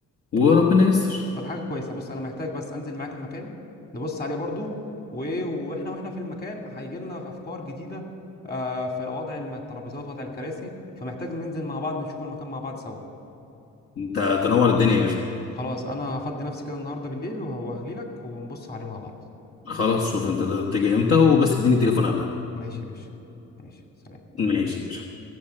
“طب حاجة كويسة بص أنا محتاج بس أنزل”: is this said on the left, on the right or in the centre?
Left